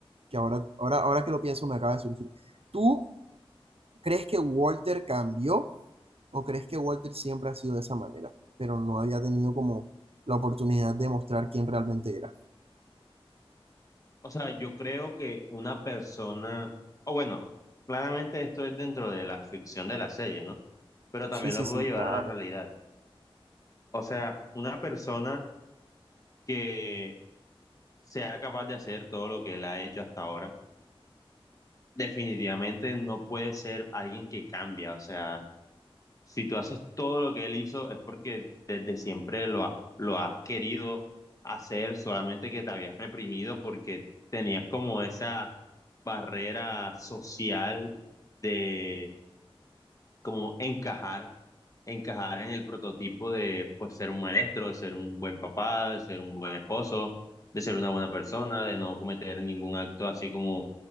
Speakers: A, on the right (about 80°); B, on the left (about 35°).
A: que ahora, ahora, ahora que lo pienso me acaba de surgir. ¿Tú crees que Walter cambió? ¿O crees que Walter siempre ha sido de esa manera, pero no había tenido como la oportunidad de mostrar quién realmente era?
B: O sea, yo creo que una persona, o bueno, claramente esto es dentro de la ficción de la serie, ¿no? Pero también
A: Sí, sí,
B: lo
A: sí,
B: puedo llevar
A: claro.
B: a la realidad. O sea, una persona que sea capaz de hacer todo lo que él ha hecho hasta ahora, definitivamente no puede ser alguien que cambia. O sea, si tú haces todo lo que él hizo es porque desde siempre lo, ha- lo has querido hacer, solamente que te habías reprimido porque tenías como esa barrera social de como encajar encajar en el prototipo de pues ser un maestro, de ser un buen papá, de ser un buen esposo, de ser una buena persona, de no cometer ningún acto así como